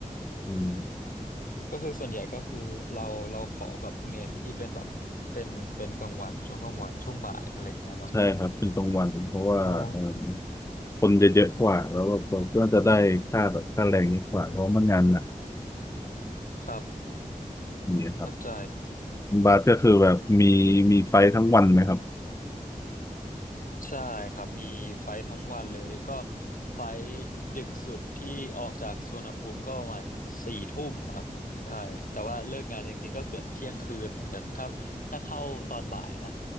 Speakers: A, on the left; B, on the left.
A: อืม
B: ก็คือส่วนใหญ่ก็คือเราเราขอแบบเมนที่เป็นแบบเป็นเป็นกลางวันช่วงกลางวันช่วงบ่ายอะไรเงี้ยเนาะ
A: ใช่ครับเป็นกลางวันเพราะว่าเอิ่ม
B: อ๋อ
A: คนจะเยอะกว่าแล้วก็ก็จะได้ค่าแบบค่าแรงเยอะกว่าเพราะมันงานหนัก
B: ครับ
A: อย่างเงี้ยครับ
B: เข้าใจ
A: คุณบาสก็คือแบบมีมีไฟทั้งวันไหมครับ
B: ใช่ครับมีไฟท์ทั้งวันเลยก็ไฟท์ดึกสุดที่ออกจากสุวรรณภูมิก็ประมาณสี่ทุ่มครับใช่แต่ว่าเลิกงานจริงๆก็เกือบเที่ยงคืนเหมือนกันถ้าถ้าเข้าตอนบ่ายนะ